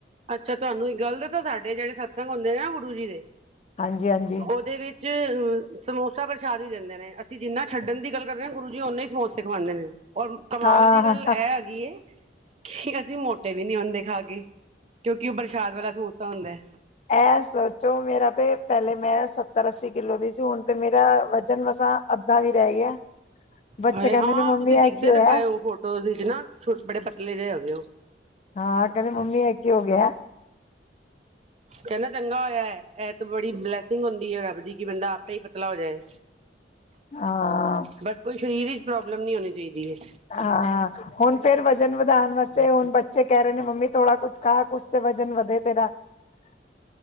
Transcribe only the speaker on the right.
ਅੱਛਾ, ਤੁਹਾਨੂੰ ਇੱਕ ਗੱਲ਼ ਦੱਸਾਂ, ਸਾਡੇ ਜਿਹੜੇ ਸਤਸੰਗ ਹੁੰਦੇ ਨੇ ਨਾ, ਗੁਰੂ ਜੀ ਦੇ।
ਉਹਦੇ ਵਿੱਚ। ਜੀ, ਸਮੋਸਾ ਪ੍ਰਸ਼ਾਦਿ ਹੀ ਦਿੰਦੇਂ ਨੇ। ਅਸੀਂ ਜਿੰਨਾਂ ਛੱਡਣ ਦੀ ਗੱਲ਼ ਕਰਦੇ ਹਾਂ, ਗੁਰੂ ਜੀ ਓਨਾਂ ਹੀ ਸਮੋਸੇ ਖਵਾਉਂਦੇ ਨੇ। ਔਰ, ਕਮਾਲ
ਦੀ ਗੱਲ ਐਹ ਹੈਗੀ ਏ। ਇੱਕ ਅਸੀਂ ਮੋਟੇ ਵੀ ਨੀਂ ਹੁੰਦੇ ਖਾ ਕੇ, ਕਿਉਂਕਿ ਉਹ ਪ੍ਰਸ਼ਾਦ ਵਾਲਾ ਸਮੋਸਾ ਹੁੰਦੈ।
ਹਾਏ
ਆ,
ਤੁਸੀਂ
ਦਿਖਦੇ
ਤੇ ਪਏ ਹੋ ਫ਼ੋਟੋ ਦੇ ਵਿੱਚ ਨਾ, ਛੋਟੇ, ਬੜੇ ਪਤਲੇ ਜੇ ਹੈਗੇ ਓ।
ਕਹਿਦੈ ਚੰਗਾ ਹੋਇਆ ਏ, ਇਹ ਤੇ ਬੜੀ ਬਲੈਸਿੰਗ ਹੁੰਦੀਂ ਹੈ ਰੱਬ ਦੀ, ਕਿ ਬੰਦਾ ਆਪੇ ਹੀ ਪੱਤਲਾ ਹੋ ਜਾਏ।
ਬਸ ਕੋਈ ਸ਼ਰੀਰ ਵਿੱਚ ਪ੍ਰੋਬਲਮ ਨੀ ਹੋਣੀਂ ਚਾਹੀਦੀ ਏ।